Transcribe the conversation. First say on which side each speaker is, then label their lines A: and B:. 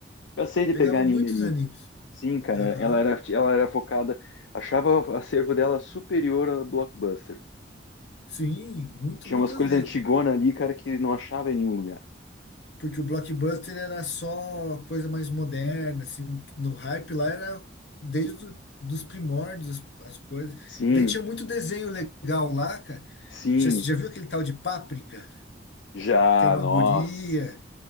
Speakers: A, on the left; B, on the left.
A: Cansei de
B: Pegava
A: pegar anime
B: muitos
A: ali.
B: animes.
A: Sim, cara.
B: Aham.
A: Ela era, ela era focada. Achava o acervo dela superior a Blockbuster.
B: Sim, muito,
A: Tinha
B: muitas
A: umas coisas
B: vezes.
A: antigonas ali, cara, que não achava em nenhum lugar.
B: Porque o blockbuster era só coisa mais moderna, assim, no hype lá era desde do, dos primórdios as, as coisas.
A: Sim,
B: Daí tinha muito desenho legal lá, cara.
A: sim.
B: Já, já viu aquele tal de Páprica,
A: Já,
B: que é uma
A: nossa,
B: guria?